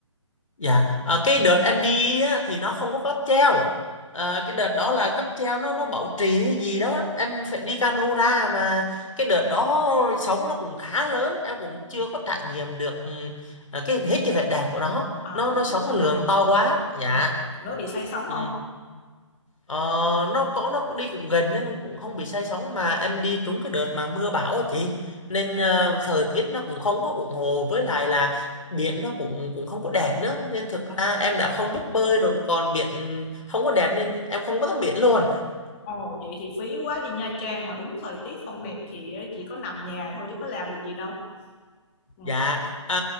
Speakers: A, on the left; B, on the left.
A: Dạ, ờ, cái đợt em đi á, thì nó không có cáp treo. Ờ, cái đợt đó là cáp treo nó nó bảo trì hay gì đó, em phải đi cano ra mà cái đợt đó sóng nó cũng khá lớn, em cũng chưa có trải nghiệm được ừ, ờ, cái
B: ừ.
A: hết cái vẻ đẹp của nó.
B: à
A: Nó
B: đúng
A: nó sóng
B: rồi
A: nó lường to quá. Dạ.
B: ừ. có bị say sóng
A: Ừ.
B: không
A: Ờ, nó có nó cũng đi cũng gần nên nó cũng không bị say sóng mà em đi trúng cái đợt mà mưa bão á chị nên
B: à
A: ờ, thời tiết nó cũng không có ủng hộ với lại là biển nó cũng cũng không có đẹp
B: ừ.
A: nữa nên thực ra em
B: Rồi.
A: đã không biết bơi rồi mà còn biển không có đẹp nên em không có tắm biển luôn
B: Ồ vậy thì phí quá đi Nha Trang mà đúng thời tiết không đẹp thì chỉ có nằm nhà thôi chứ có làm được gì đâu ừ.
A: dạ à,